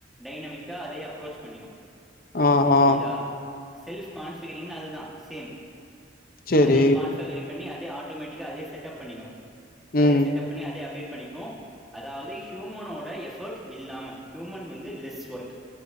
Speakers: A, in the centre; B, on the left.
A: டைனமிக்கா அதே அப்ரோச் பண்ணிக்கு
B: ஆஹ்
A: புரியுதா
B: ஆஹ்
A: செல்ஃப் கான்ஃபிகரிங்னு அதுதான் சேம்
B: சேரி
A: அதே கான்ஃபகரிங் பண்ணி அத் <unintelligible> ஆட்டோமேட்டிக்கா அதே செட்டப் பண்ணிக்கு
B: ம்
A: அதே செட்அப் பண்ணி அதே அப்டேட் பண்ணிக்கு அதாவது ஹ் ஹியூமனோட எஃபர்ட் இல்லாம ஹியூமன் வந்து லெஸ் ஒர்க்